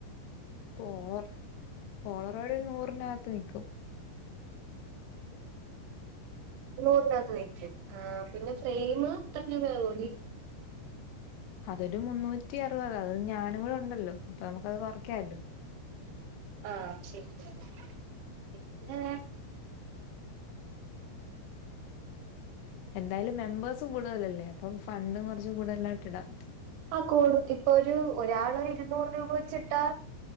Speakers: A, on the left (about 85°); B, on the right (about 80°).
A: പോളർ പോളറൊരു നൂറിനകത്ത് നിക്കും.
B: നൂറിനകത്ത് നിക്കും ആ പിന്നെ ഫ്രെയിംമ് എത്ര രൂപ ആവോ ടീ
A: അതൊരു മുന്നൂറ്റി അറുപതാണ് അത് ഞാനും കൂടെ ഉണ്ടല്ലോ അപ്പൊ നമുക്ക്അത് കുറയ്ക്കാമല്ലോ
B: ആഹ് ശരിയാണ് പിന്നെ
A: എന്തായാലും മെമ്പേഴ്സ് കൂടുതലല്ലേ അപ്പം ഫണ്ടും കുറച്ച് കൂടുതലായിട്ട് ഇടാം.
B: ആ കൂട ഇപ്പൊ ഒരു ഒരാള് ഇരുന്നൂറ് രൂപ വെച്ചിട്ടാ